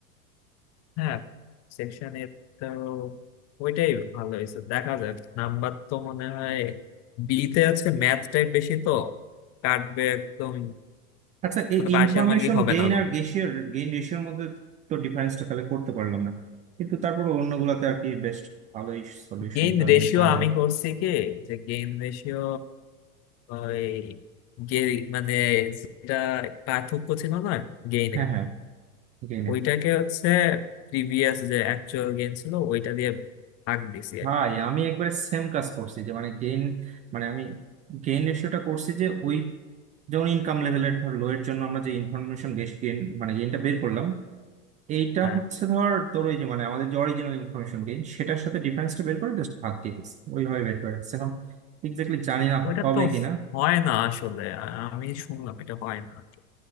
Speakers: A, on the left; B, on the right.
A: হ্যাঁ সেকশনের তো ওইটাই ভালো হয়েছে দেখা যাক নাম্বার তো মনে হয় বি তে আছে ম্যাথ টাইপ বেশি তো কাটবে একদম
B: আচ্ছা এই
A: মানে পার্সিয়াল
B: ইনফরমেশন
A: মার্কিং হবে
B: গেইন
A: না কোনো
B: আর গেসিয়ার গেইন রেশিওর মধ্যে তো ডিফারেন্সটা তাহলে করতে পারলাম না কিন্তু তারপর অন্যগুলাতে আর কি বেস্ট ভালোই সলিউশন
A: গেইন
B: তো
A: রেশিও
B: আমরা পাইলাম
A: আমি করছি কি যে গেইন রেশিও ওই গে- মানে যেটা পার্থক্য ছিল না গেইনের
B: হ্যাঁ হ্যাঁ গেইনের
A: ওইটাকে হচ্ছে প্রিভিয়াস যে অ্যাকচুয়াল গেইন ছিল ওইটা দিয়ে ভাগ দিছি
B: ভাই
A: আর কি।
B: আমি একবার সেম কাজ করছি যে মানে গেইন মানে আমি গেইন রেশিওটা করছি যে ওই যেমন ইনকাম লেভেলের ধর লো এর জন্য আমরা যে ইনফরমেশন গেইন মানে গেইনটা বের করলাম এইটা
A: হ্যাঁ
B: হচ্ছে ধর তোর ওই যে মানে আমাদের যে অরিজিনাল ইনফরমেশন গেইন সেটার সাথে ডিফারেন্সটা বের করে জাস্ট ভাগ দিয়ে দিচ্ছি ওইভাবে বের করে রাখছি। এখন এক্স্যাক্টলি জানি না
A: ওইটা
B: হবে
A: তো
B: কিনা
A: হয় না আসলে আ- আমি শুনলাম এটা হয় না তো